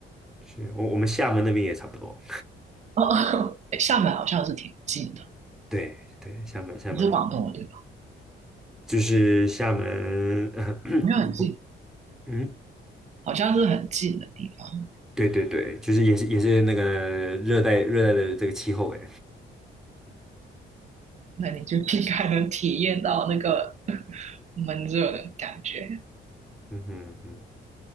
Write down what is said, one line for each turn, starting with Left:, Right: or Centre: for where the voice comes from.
Centre: 是我我们厦门那边也差不多，
Right: 哦，<laughs> 厦门好像是挺近的，
Centre: 对对，厦门厦门
Right: 你是广东的对吧？
Centre: 就是厦门，<coughs>
Right: 没有很近，
Centre: <clears throat> 嗯，
Right: 好像是很近的地方，
Centre: 对对对，就是也是也是那个热带热带的这个气候哎。
Right: 那你就应该能体验到那个 <laughs> 闷热的感觉。
Centre: 嗯哼嗯哼，